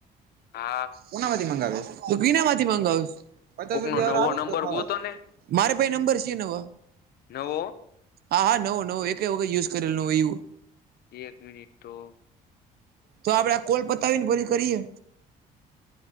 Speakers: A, on the left; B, on the right.
A: હા.
B: કોના માંથી મગાવે તો ગીના માંથી મગાવશ. પચાસ
A: કોકનો
B: રૂપિયા
A: નવો
B: વાર આવે
A: નંબર
B: તો ખાવા
A: ગોતો ને
B: મારે પાઈ નંબર છે તેનો હે.
A: નવો
B: હા હા નવો નવું એક વખત યુઝ કરેલ ન એવું.
A: એક મિનિટો.
B: તો આપડે કોલ પતાવી ને પરી કરીએ.